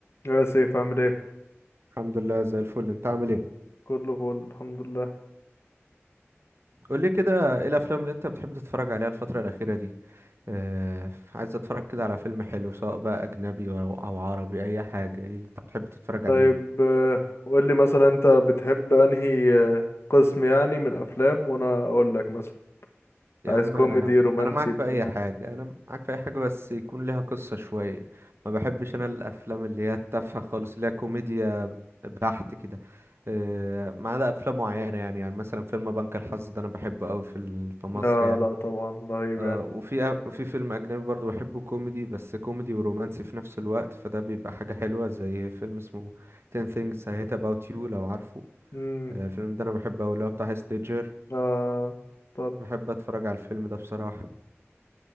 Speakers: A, on the left; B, on the right.
A: يا سيف عامل ايه
B: الحمد لله زي الفل انت عامل ايه
A: كله فل الحمد لله
B: قول لي كده ايه الافلام اللي انت بتحب تتفرج عليها الفتره الاخيره دي اه عايز اتفرج كده على فيلم حلو سواء بقى اجنبي او او عربي اي حاجه ايه انت بتحب تتفرج
A: طيب
B: على ايه
A: آه، قول لي مثلا انت بتحب انهي آه، قسم يعني من الافلام وانا اقول لك مثلا
B: يا
A: عايز
B: عم
A: كوميدي
B: انا
A: رومانسي
B: انا معاك
A: بتاع
B: في اي حاجه انا معاك في اي حاجه بس يكون ليها قصه شويه ما بحبش انا الافلام اللي هي التافهه خالص اللي هي كوميديا بحت كده اه ما عدا افلام معينه يعني يعني مثلا فيلم بنك الحظ ده انا بحبه قوي في ال- في مصر
A: لا
B: يعني
A: لا طبعا رهيب
B: آه
A: يعني
B: وفي وفي فيلم أجنبي برضو بحبه كوميدي بس كوميدي ورومانسي في نفس الوقت فده بيبقى حاجة حلوة زي فيلم اسمه 10 things I hate about you لو عارفه
A: امم
B: آه الفيلم ده أنا بحبه أوي اللي هو بتاع هيث ليدجر
A: آه طرش.
B: بحب أتفرج على الفيلم ده بصراحة